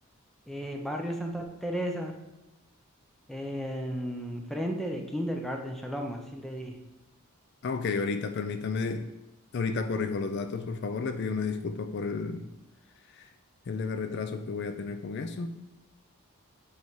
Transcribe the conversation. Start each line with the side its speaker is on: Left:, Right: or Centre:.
Centre: eh, barrio Santa Teresa, en frente de Kindergarten Shalom, así le dije.
Left: Ah, ok, ahorita permítame, ahorita corrijo los datos, por favor, le pido una disculpa por el el leve retraso que voy a tener con eso.